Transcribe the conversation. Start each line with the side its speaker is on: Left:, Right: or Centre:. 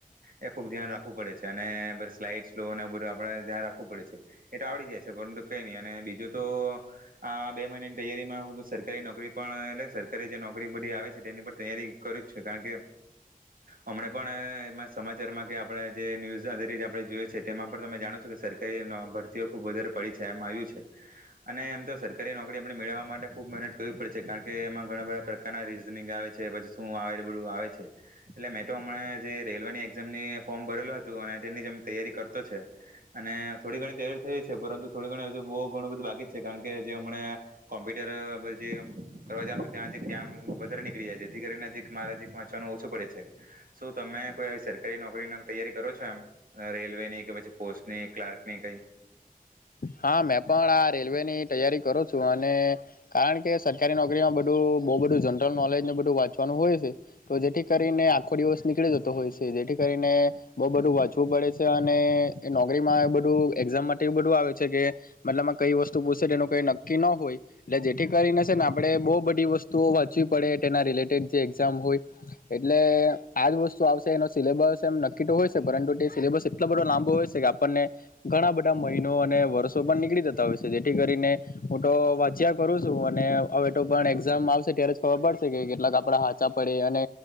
Right: એ ખુબ ધ્યાન રાખવું પડે છે અને સ્લાઈડ સ્ બધ આપણે ધ્યાન રાખવું પડે છે એટ આવડી જાય છે પરંતુ કઈ નહી અને બીજું તો આ બે મહિનાની તૈયારીમાં હું સરકારી નોકરી. એટ સરકારી જે નોકરી બધી આવે છે તેની પણ તૈયારી કર છે કારણ કે હમણે પણ એમાં સમાચારમાં કે આપણે જે ન્યૂઝધ આપણે જોએ છે તેમાં પણ તમે જાણો છો કે સરકાર ભરતીઓ ખુબ વધારે પડી છે એમ આવ્યું છે અને એમ તો સરકારી નોકરી આપણે મેળવવા માટે ખૂબ મહેનત કરવી પડે. કારણ કે એમાં ઘણા બધા પ્રકારના રીઝનિંગ આવે છે પછી શું આવે બધું આવે છે એટલે મે તોો હમણા જે રેલવેની એક્ઝામની ફોર્મ ભરેલું હતું અને તેની જ તૈયારી કરતો છે અને થોડી ઘણી તૈયારી થઈ છે પરંતુ થોડી ઘણી હજુ બહુ ઘણું બધું બાકી છે કારણ કે જે હમં કોમ્પ્યુટર જે. કરવા જ છ ત્યાંજી કમ વધારે નીકળી જાય જેથી કરીને નજીક મારા નજીક વાંચવાનું ઓછું પડે છે શું તમે કોઈ આવી સરકારી નોકરીની તૈયારી કરો છો એમ રેલવે ની કે પછી પોસ્ટની ક્લાર્કની કઈ.
Left: હા મેં પણ આ રેલવે ની તૈયારી કરું છું અને કારણ કે સરકારી નોકરીમાં બધું બહુ બધું જનરલ નોલેજને બધું વાંચવાનું હોય છે તો જેથી કરીને આખો દિવસ નીકળી જતો હોય છે જેથી કરીને બહુ બધું વાંચવું પડે છે અને નોકરીમાં બધું એક્ઝામ માટે બધું આવે. કે મતલબમાં કઈ વસ્તુ પૂછ તેનું કઈ નક્કી ન હોય એટલે જેથી કરીને છે ને આપણે બહુ બધી વસ્તુઓ વાંચવી પડે તેના રિલેટેડ જે એક્ઝામ હોય એટલે આજ વસ્તુ આવશે એનો સિલેબસ એમ નક્કી તો હોય પરંતુ તે સિલેબસ એટલો બધો લાંબો હોય છે કે આપણને ઘણા બધા મહિનો અને. વર્ષો પણ નીકળી જતા હોય છે જેથી કરીને હું તો વાંચ્યા કરું છું અને હવે તો પણ એક્ઝામ આવશે ત્યારે જ ખબર પડશે કે કેટલાક આપડા સાાચા પડે અને